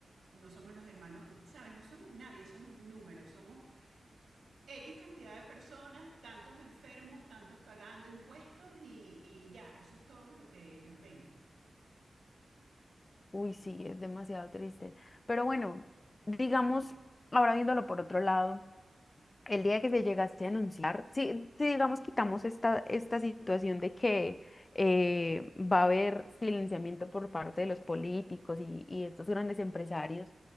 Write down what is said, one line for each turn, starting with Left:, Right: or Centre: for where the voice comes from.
Right: no somos los hermanos, sabes, no somos nadie, somos números, somos X cantidad de personas, tantos enfermos, tantos pagando impuestos y, y ya, eso es todo lo que ellos ven.
Left: Uy, sí, es demasiado triste. Pero bueno, digamos, ahora viéndolo por otro lado. El día que se llegase a anunciar, si, si digamos quitamos esta, esta situación de que eh, va a haber silenciamiento por parte de los políticos y, y estos grandes empresarios,